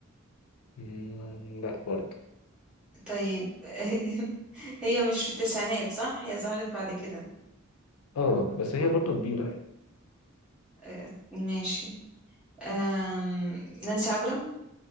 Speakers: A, on the left (about 80°); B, in the centre.
A: مم، لا برضه
B: طيب <laughs> هي مش في التسعينات صح هي ظهرت بعد كده
A: اه بس هي برضه كبيرة يعني
B: آه ماشي آم، نانسي عجرم